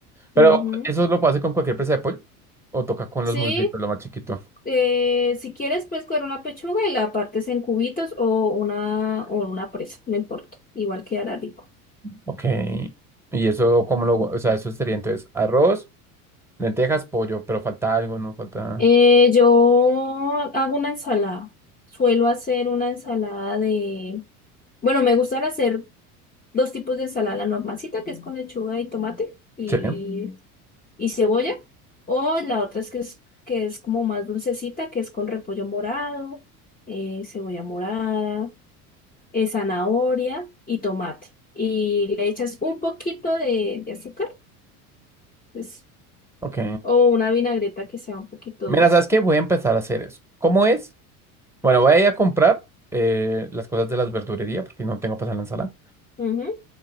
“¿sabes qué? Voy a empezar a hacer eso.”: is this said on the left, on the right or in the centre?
Centre